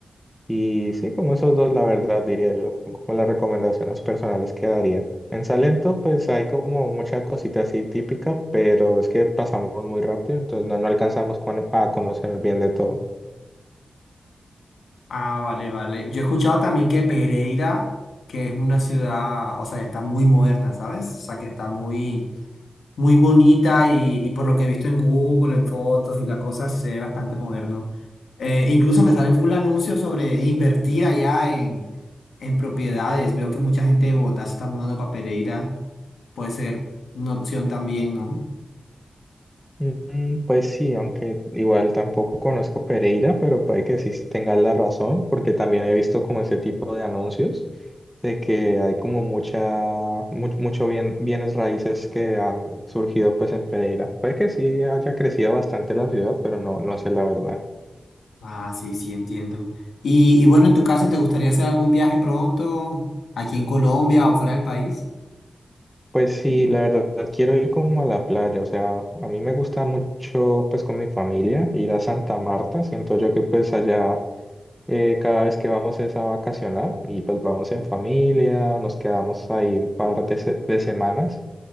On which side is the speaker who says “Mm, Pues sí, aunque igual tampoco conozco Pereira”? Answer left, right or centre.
Centre